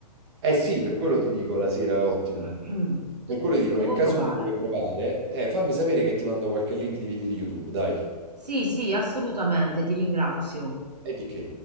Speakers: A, on the right; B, on the right.
A: Eh sì, per quello ti dico la sera è ottimo.
B: eh? <clears throat>
A: Per quello ti dico,
B: Devo
A: nel caso
B: provare.
A: in cui tu vuoi provare, eh, fammi sapere che ti mando qualche link di video di YouTube, dai.
B: Sì, sì, assolutamente, ti ringrazio.
A: E di che?